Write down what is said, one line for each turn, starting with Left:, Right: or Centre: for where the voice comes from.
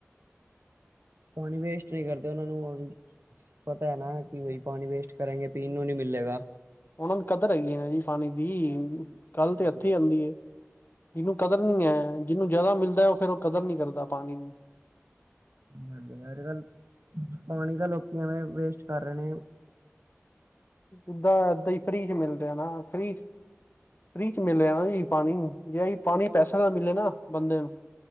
Right: ਪਾਣੀ ਵੇਸਟ ਨੀ ਕਰਦੇ ਉਹਨਾ ਨੂੰ ਪਤਾ ਹੈ ਨਾ ਕਿ ਵਹੀ ਪਾਣੀ ਵੇਸਟ ਕਰੇਗੇ ਪੀਣ ਨੂੰ ਨਹੀਂੀ ਮਿਲਲੇਗਾ
Left: ਉਹਨਾਂ ਨੂੰ ਕਦਰ ਹੈਗੀ ਨਾ ਜੀ ਪਾਣੀ ਦੀ
Right: ਸਹੀ
Left: ਕੱਲ੍ਹ
Right: ਗੱਲ
Left: ਤੇ ਹੱਥੇ
Right: ਏ।
Left: ਆਉਂਦੀ ਹੈ ਇਹਨੂੰ ਕਦਰ ਨਹੀਂ ਹੈ ਜਿਹਨੂੰ ਜ਼ਿਆਦਾ ਮਿਲਦਾ ਉਹ ਫੇਿਰ ਉਹ ਕਦਰ ਨਹੀਂ ਕਰਦਾ ਪਾਣੀ ਦੀ
Right: ਹਜੀ ਅਜ ਕੱਲ ਪਾਣੀ ਤਾਂ ਲੋਕੀ ਐਵੇਂ ਵੇਸਟ ਕਰ ਰਹੇ ਨੇ
Left: ਏਦਾਂ ਏਦਾਂ ਹੀ ਫ੍ਰੀ ਚ ਮਿਲਦੇ ਆ, ਨਾ ਫ੍ਰੀ ਚ ਫ੍ਰੀ ਚ ਮਿਲ ਰਿਆ ਨਾ ਜੀ, ਜੇ ਏਹੀ ਪਾਣੀ ਪੈਸੇ ਦਾ ਮਿਲੇ ਨਾ, ਬੰਦੇ ਨੂੰ